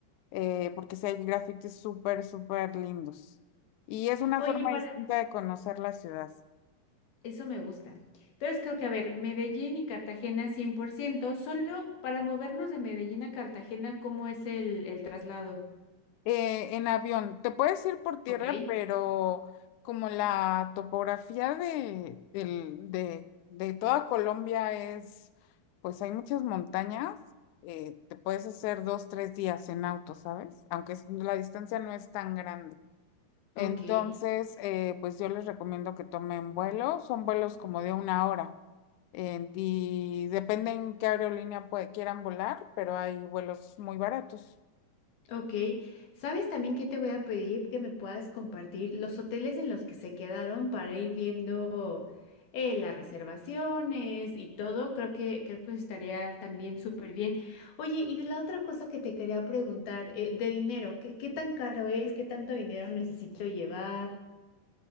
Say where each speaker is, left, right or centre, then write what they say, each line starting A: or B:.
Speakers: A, on the left; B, on the left.
A: eh, porque sí hay grafitis súper, súper lindos. Y es una
B: Oye,
A: forma
B: para,
A: distinta de conocer la ciudad.
B: eso me gusta. Entonces creo que, a ver, Medellín y Cartagena 100%, solo para movernos de Medellín a Cartagena, ¿cómo es el, el traslado?
A: eh, en avión. Te puedes ir por tierra,
B: Ok.
A: pero como la topografía de, del- de, de toda Colombia es, pues hay muchas montañas, eh, te puedes hacer dos, tres días en auto, ¿sabes? Aunque es- la distancia no es tan grande.
B: Ok.
A: Entonces, eh, pues yo les recomiendo que tomen vuelo. Son vuelos como de una hora. en- y depende en qué aerolínea pue- quieran volar, pero hay vuelos muy baratos.
B: Ok, ¿sabes también qué te voy a pedir? Que me puedas compartir los hoteles en los que se quedaron para ir viendo eh, las reservaciones y todo. Creo que, creo que estaría también súper bien. Oye, y de la otra cosa que te quería preguntar, eh, de dinero, ¿qué, qué tan caro es? ¿Qué tanto dinero necesito llevar?